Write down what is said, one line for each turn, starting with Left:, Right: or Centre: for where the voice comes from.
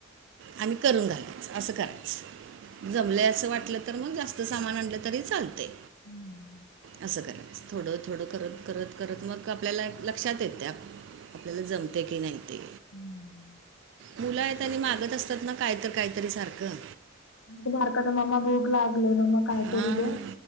Right: आणि करून घाला. असं करायचं जमलंय असं वाटलं तर मग जास्त सामान आणलं तरी चालते.
Left: हम्म
Right: असं करायचं थोडं थोडं करत करत करत मग आपल्याला लक्षात येते. आपल्याला जमते की नाही ते,
Left: हम्म
Right: मुलं आहेत आणि मागत असतात ना कायतर काहीतरी सारखं,
Left: तो बारका तर मम्मा भूग लागली मम्मा कायतरी
Right: हां
Left: दे